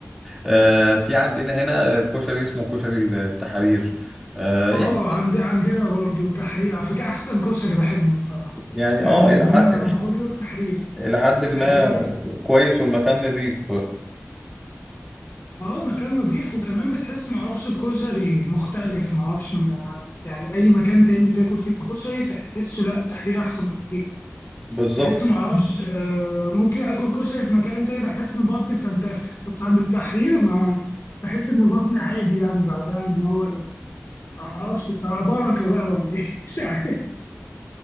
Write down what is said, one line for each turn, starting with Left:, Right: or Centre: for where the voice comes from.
Centre: آه، في عندنا هنا كشري اسمه كشري التحرير آه،
Left: اه
Centre: يعني
Left: عند عندنا برضو التحرير على فكرة احسن كشري بحبه بصراحة
Centre: يعني
Left: يعني
Centre: اه الى
Left: دونا
Centre: حد
Left: عن كله التحرير
Centre: إلى حد ما
Left: تحرير
Centre: كويس والمكان نظيف
Left: اه المكان نظيف وكمان بتحس معرفش الكشري مختلف معرفش من عن- يعني اي مكان تاني تاكل فيه الكشري تحسه لا التحرير احسن بكتير
Centre: بالظبط
Left: تحس معرفش آه، ممكن اكل كشري في مكان تاني بحس ان بطني بتنتفخ بس عند التحرير ما بحس ان بطني عادي يعني بعدها ان هو معرفش بصراحة بركة بقى ولا ايه <laughs> مش عارف